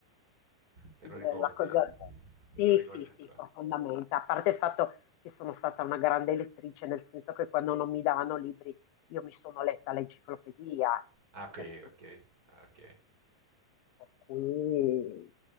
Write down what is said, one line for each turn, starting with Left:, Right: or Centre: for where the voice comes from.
Right: Te
Left: il-
Right: lo ricordi?
Left: la cosa...
Right: Te
Left: Sì,
Right: lo ricordi
Left: sì,
Right: ancora?
Left: sì, profondamente. A parte il fatto che sono stata una grande lettrice, nel senso che quando non mi davano libri io mi sono letta l'enciclopedia,
Right: Ah, ok,
Left: per cui...
Right: ok, ah, ok.
Left: per cui